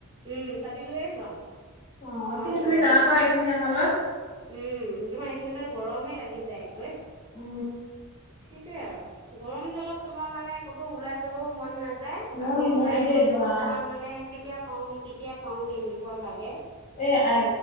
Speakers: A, on the right; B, on the left.
A: উ। ছাতি লৈয়ে যাওঁ।
B: অ
A: ইমান
B: এইখিনি তুমি
A: গৰম!
B: তাৰ পৰা এইখিনি অহালৈ
A: উম, তোমাৰ এইখিনিলৈ গৰমে। লাগি যায়গৈ।
B: উ।
A: সেইটোৱে আৰু। গৰম ডালত তোমাৰ মানে ক'তো ওলাই যাবও মন নাযায়
B: নোৱাৰি
A: আৰু ওলাই
B: নোৱাৰি দেই
A: গ'লেও
B: বা
A: তোমাৰ মানে কেতিয়া পাওঁহি কেতিয়া পাওঁহি এনেকুৱা লাগে
B: এ আয়